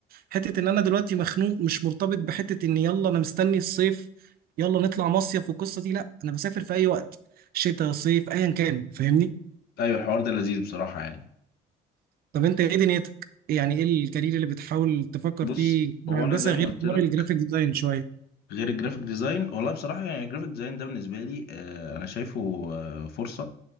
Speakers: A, on the right; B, on the left.
A: وحته ان انا دلوقتي مخنوق مش مرتبط بحته ان يلا انا مستني الصيف يلا نطلع مصيف والقصه دي لا انا بسافر في اي وقت شتاء صيف ايا كان فاهمني
B: ايوه الحوار ده لذيذ بصراحه يعني
A: طب انت ايه دنيتك يعني ايه الكارير اللي بتحاول تفكر
B: بص
A: فيه
B: هو
A: هندسه
B: انا زي
A: غير
B: ما قلت
A: حوار
B: لك
A: الجرافيك ديزاين شويه
B: غير الجرافيك ديزاين والله بصراحه يعني الجرافيك ديزاين ده بالنسبه لي آه، انا شايفه آه، فرصه